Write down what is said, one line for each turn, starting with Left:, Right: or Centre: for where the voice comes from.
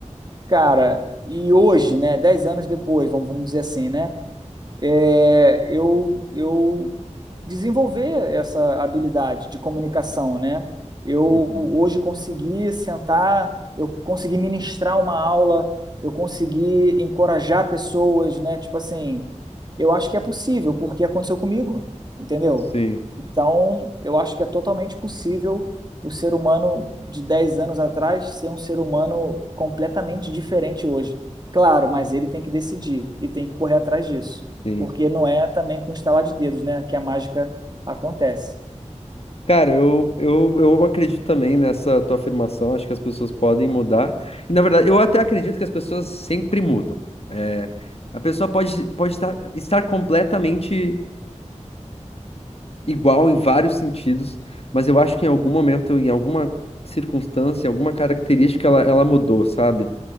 Right: Cara, e hoje, né, dez anos depois, vamos, vamos dizer assim, né, é, eu, eu desenvolver essa habilidade de comunicação, né? Eu
Left: uhum.
Right: hoje consegui sentar, eu consegui ministrar uma aula, eu consegui encorajar pessoas, né? Tipo assim, eu acho que é possível, porque aconteceu comigo, entendeu?
Left: Sim,
Right: Então, eu acho que é totalmente possível o ser humano de 10 anos atrás ser um ser humano completamente diferente hoje. Claro, mas ele tem que decidir e tem que correr atrás disso
Left: sim.
Right: porque não é também com estalar de dedos, né, que a mágica acontece.
Left: Cara, eu, eu, eu acredito também nessa tua afirmação. Acho que as pessoas podem mudar. E, na verdade, eu até acredito que as pessoas sempre mudam. É, a pessoa pode, pode estar, estar completamente igual em vários sentidos, mas eu acho que em algum momento, em alguma circunstância, alguma característica, ela, ela mudou, sabe?